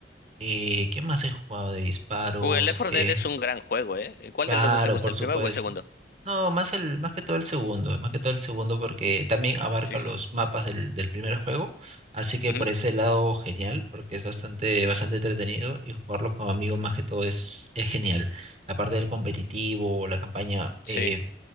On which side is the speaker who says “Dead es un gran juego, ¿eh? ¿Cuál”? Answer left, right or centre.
Left